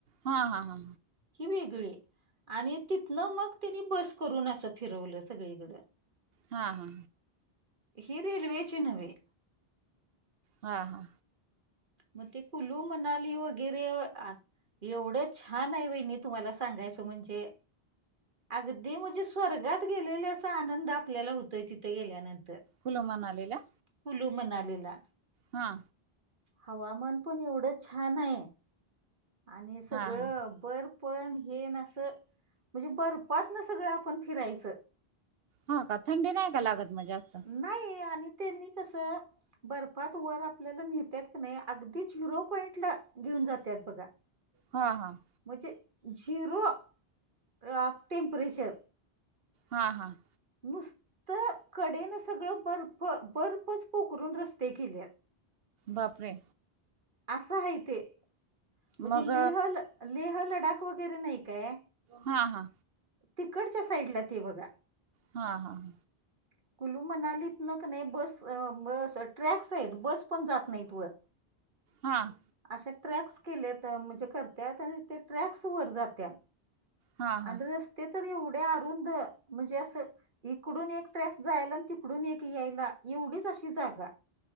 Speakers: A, on the right; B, on the right.
A: हा हा हा हा
B: ही वेगळी आणि तिथनं मग तिनी बस करून असं फिरवलं सगळीकडे.
A: हा हा
B: हि रेल्वेची नव्हे
A: हा हा
B: मग ते कुलू मनाली वगैरे आता एवढे छान आहे वहिणी तुम्हाला सांगायचं म्हणजे अगदी म्हणजे स्वर्गात गेलेल्याचा आनंद आपल्याला होतय तिथे गेल्यानंतर
A: कुल्लू मनालीला?
B: कुलू मनालीला
A: हां
B: हवामान पण एवढं छान आहे आणि सगळं
A: हा हा
B: बर्फन हे ना असं म्हणजे बर्फातन सगळेआप अपन फिरायचं
A: हो का? थंडी नाही का लागत मग जास्त?
B: नाही, आणि त्यांनी कसं बर्फात वर आपल्याला नेत्यात क नाही अगदी झिरो पॉईंटला घेऊन जात्यात बघा. <inaudible>
A: हां हां.
B: म्हणजे झिरो अ टेम्परेचर.
A: हां हां.
B: नुसतं कडेन सगळं बर्फ बर्फच पोखरून रस्ते केल्यात.
A: बापरे!
B: असं हाय ते. म्हणजे
A: मग
B: लेह लेह लडाख वगैरे नाही काय?
A: हा हा
B: तिकडच्या साईडला ते बघा.
A: हां हां.
B: <inaudible> कुलू मनालीतनं क नाही बस अ बस ट्रॅक्स आहेत बस पण जात नाहीत वर.
A: हां.
B: अशे ट्रॅक्स केलेत म्हणजे करत्यात आणि ते ट्रॅक्स वर जात्यात
A: हा
B: आणि
A: हा
B: रस्ते तर एवढे अरुंद म्हणजे असं इकडून एक ट्रॅक्स जायला आणि तिकडून एक यायला एवढीच अशी जागा.